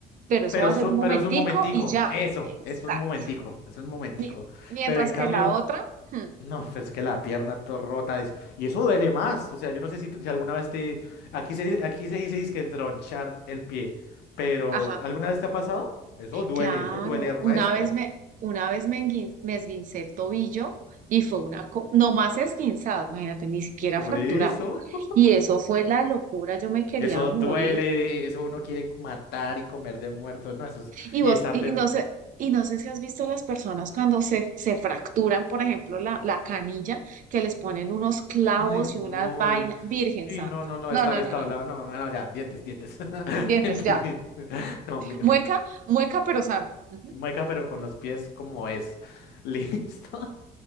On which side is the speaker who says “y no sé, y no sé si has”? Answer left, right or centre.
Right